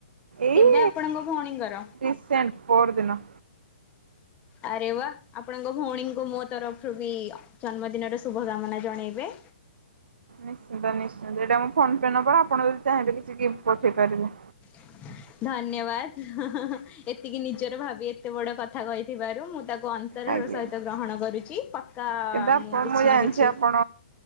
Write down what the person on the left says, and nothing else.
କେବେ ଆପଣଙ୍କ ଭଉଣୀଙ୍କର?
ଆରେ ବା ଆପଣଙ୍କ ଭଉଣୀଙ୍କୁ ମୋ ତରଫରୁ ବି ଜନ୍ମଦିନର ଶୁଭ କାମନା ଜଣେଇବେ।
<unintelligible> ହଁ ହଁ ଏତିକି ନିଜର ଭାବି ଏତେ ବଡ କଥା କହିଥିବାରୁ ମୁଁ ତାକୁ ଅନ୍ତର
ର ସହିତ ଗ୍ରହଣ କରୁଛି ପକ୍କା
ମୁଁ କିଛି
ନା କିଛି